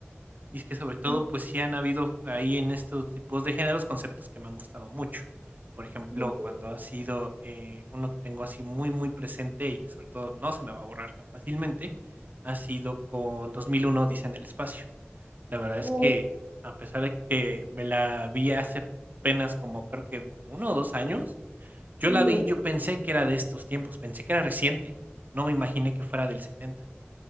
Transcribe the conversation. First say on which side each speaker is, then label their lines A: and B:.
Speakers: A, on the right; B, on the right.
A: Y es que, sobre todo,
B: Ujú.
A: pues, sí han habido ahí en estos tipos de géneros conceptos que me han gustado mucho. Por ejemplo,
B: Ok.
A: cuando ha sido, eh, uno que tengo así muy, muy presente y que, sobre todo, no se me va a borrar tan fácilmente, ha sido con 2001: dice en el espacio. La verdad es
B: Uf,
A: que, a pesar de que me la vi hace apenas como creo que uno o 2 años, yo
B: ujú,
A: la vi, yo pensé que era de estos tiempos, pensé que era reciente. No me imaginé que fuera del 70,